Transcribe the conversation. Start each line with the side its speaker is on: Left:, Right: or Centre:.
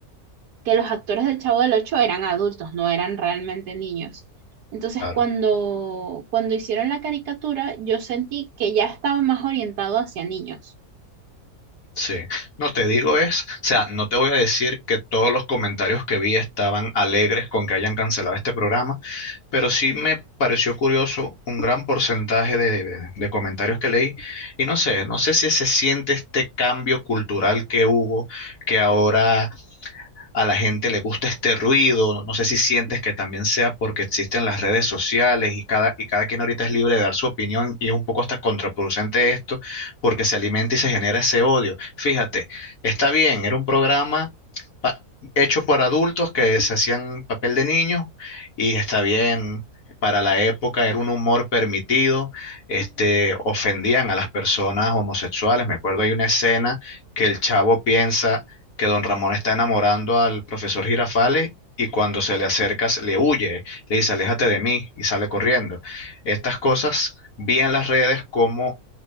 Right: que los actores del Chavo del Ocho eran adultos, no eran realmente niños. Entonces,
Left: Claro.
Right: cuando, cuando hicieron la caricatura, yo sentí que ya estaba más orientado hacia niños.
Left: Sí, no te digo es, o sea, no te voy a decir que todos los comentarios que vi estaban alegres con que hayan cancelado este programa, pero sí me pareció curioso un gran porcentaje de, de- de comentarios que leí y no sé, no sé si se siente este cambio cultural que hubo, que ahora a la gente le gusta este ruido, no no sé si sientes que también sea porque existen las redes sociales y cada, y cada quien ahorita es libre de dar su opinión y es un poco hasta contraproducente esto porque se alimenta y se genera ese odio. Fíjate, está bien, era un programa pa- hecho por adultos que se hacían papel de niños y está bien. Para la época era un humor permitido, este, ofendían a las personas homosexuales. Me acuerdo hay una escena que el chavo piensa que don Ramón está enamorando al profesor Girafales y cuando se le acerca se- le huye, le dice, aléjate de mí y sale corriendo. Estas cosas vi en las redes como